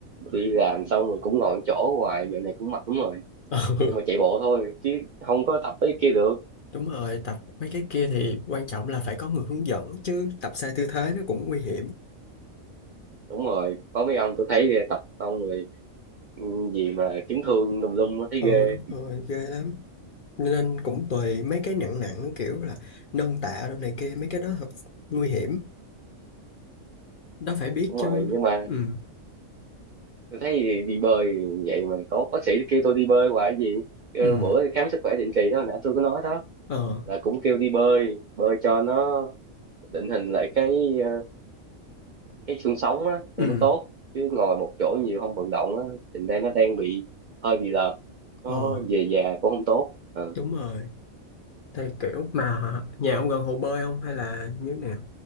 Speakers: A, on the right; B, on the left.
A: đi làm xong rồi cũng ngồi chỗ hoài giờ này cũng mệt lắm rồi
B: Ờ, <laughs>
A: nhưng mà chạy bộ thôi chứ không có tập mấy cái kia được
B: Đúng rồi, tập mấy cái kia thì quan trọng là phải có người hướng dẫn chứ tập sai tư thế nó cũng nguy hiểm.
A: đúng rồi có mấy ông tôi thấy tập xong rồi ừ, gì mà chấn thương tùm lum á, thấy
B: Ờ
A: ghê
B: đúng rồi, ghê lắm. Nên cũng tùy mấy cái nặng nặng kiểu là nâng tạ đồ này kia, mấy cái đó thật nguy hiểm. Đó phải biết
A: đúng
B: chứ.
A: rồi nhưng mà
B: Ừ,
A: tôi thấy đi, đi bơi vậy mà tốt bác sĩ kêu tôi đi bơi hoài gì kêu
B: ừ,
A: bữa đi khám sức khỏe định kỳ đó nãy tôi có nói đó
B: ờ,
A: là cũng kêu đi bơi bơi cho nó định hình lại cái ờ, cái xương sống á cho
B: ừ,
A: nó tốt chứ ngồi một chỗ nhiều không vận động á thành ra nó đang bị hơi bị lợp nó
B: ờ,
A: về già cũng không tốt Ờ.
B: đúng rồi. Thì kiểu mà nhà ông gần hồ bơi không hay là như thế nào?